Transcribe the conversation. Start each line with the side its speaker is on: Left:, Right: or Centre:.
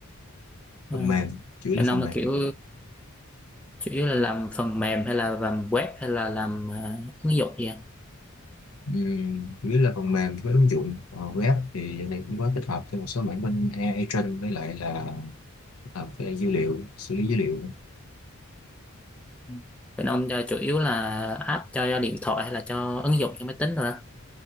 Centre: à,
Left: phần mềm chủ yếu
Centre: bên
Left: là phần
Centre: ông là
Left: mềm
Centre: kiểu chủ yếu là làm phần mềm hay là làm web hay là làm à, ứng dụng gì ạ?
Left: Ừm, chủ là phần mềm với ứng dụng Ờ, web thì giờ này cũng có tích hợp cho một số mảng bên AI training với lại là tích hợp với dữ liệu xử lý dữ liệu nữa.
Centre: Ừ. bên ông là chủ yếu là app cho điện thoại hay là cho ứng dụng cho máy tính rồi đó